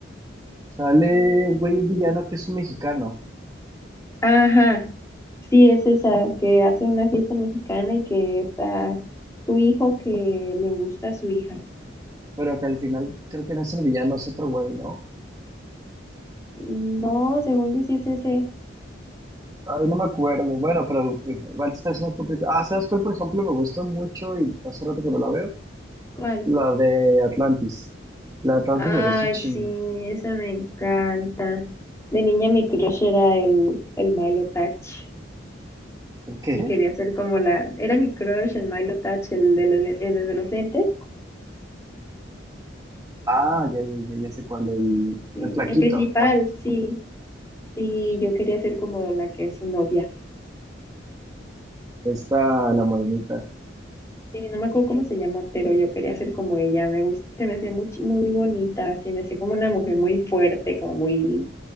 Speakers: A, on the right (about 20°); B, on the left (about 15°).
A: sale un güey villano que es un mexicano,
B: Ajá, sí, es esa que hace una fiesta mexicana y que está su hijo que le gusta a su hija.
A: pero que al final creo que no es el villano, es otro güey, ¿no?
B: No, según yo sí es ese.
A: Ay, no me acuerdo. Bueno, pero igual te está haciendo complicado. Ah, ¿sabes cuál, por ejemplo, me gusta mucho y hace rato que no la veo?
B: ¿Cuál?
A: La de Atlantis. La de Atlantis
B: Ay,
A: me gusta un chingo.
B: sí, esa me encanta. De niña mi crush era el, el Milo Touch
A: ¿Por qué?
B: y quería ser como la, era mi crush el Milo Touch, el de los, el de los lentes.
A: Ah, ya, ya, ya, ya sé cuál, el,
B: Sí,
A: el flaquito.
B: el principal, sí. Sí, yo quería ser como la que es su novia.
A: Esta, la morenita.
B: Sí, no me acuerdo cómo se llama, pero yo quería ser como ella. Me gusta, se me hacía muy, chi- muy bonita, se me hacía como una mujer muy fuerte, como muy